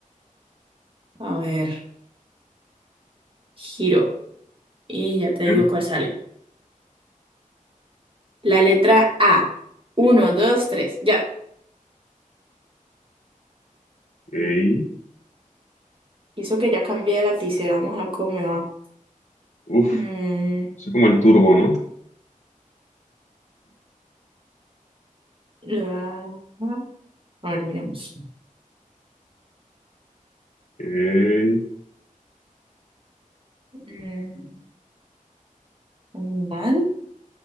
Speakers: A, on the right; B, on the left.
A: A ver, giro. Y ya te
B: ¿Eh?
A: digo cuál sale. La letra A. Uno, dos, tres. Ya.
B: Ok.
A: Hizo que ya cambié de lapicera. Vamos a ver cómo me va.
B: Uf,
A: Mm,
B: eso es como el turbo, ¿no?
A: la- A ver, miremos.
B: Ok.
A: Mm, mm, ¿Mal?